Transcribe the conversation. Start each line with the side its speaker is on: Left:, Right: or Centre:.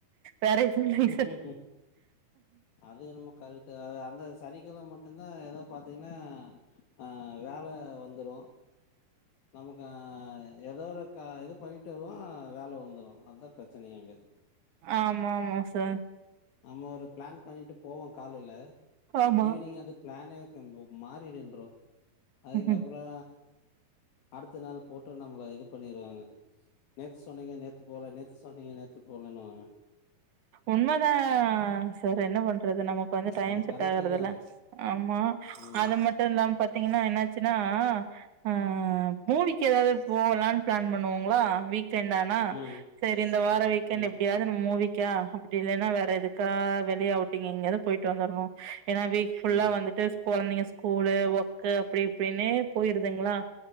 Right: வேற எது இல்லீங்
Left: ம்ஹ்ஹ்ம்.
Right: சார்
Left: அது என்னமோ கரெக்ட்டுதா அது அந்த சனிக்கெழம மட்டுந்தா எதோ பாத்தீங்கன்னா அ வேல வந்துரு நமக்கு எதோ க ஒரு இது பண்ணிட்டு வருவோ வேல வந்துரு அதா பிரச்சனயே அங்க
Right: ஆமா ஆமா சார்
Left: நம்ம ஒரு பிளான் பண்ணிட்டு போவோ காலேல
Right: ஆமா
Left: ஈவினிங் அது பிளானே இருக்கும்போ மாரி நின்று அதுக்கப்பறோ
Right: ம்
Left: அடுத்த நாள் போட்டு நம்மள இது பண்ணிருவாங்க நேத்து சொன்னீங்க நேத்து போல நேத்து சொன்னீங்க நேத்து போலன்னுவாங்க
Right: உண்மதாங் சார் என்ன பண்றது நம க்கு வந்து டைம்
Left: அது
Right: செட்
Left: கரெக்ட்
Right: ஆகறதுல்ல
Left: தான்
Right: ஆமா
Left: ம்
Right: அது மட் ட்டு இல்லாம பாத்தீங்கன்னா என்னாச்சுனா ஆ மூவிக்கு ஏதாவது போகலாம்னு பிளான் பண்ணுவோங்களா வீக்கெண்டா ஆனா
Left: ம்
Right: சரி இந்த வார வீக்கெண்ட்
Left: ம்
Right: எப்டியாவது நம்ம மூவி க்கா அப்டி இல்லேனா வேற எதுக்கா வெளிய அவுட்டிங் எங்கயாவது போயிட்டு வந்தர்ணு ஏனா வீக் ஃபுல்லா
Left: ம்.
Right: வந்துட்டு கொழந்தைங்க ஸ்கூலு ஒர்க்கு அப்டி இப்டின்னே போயிருதுங்ளா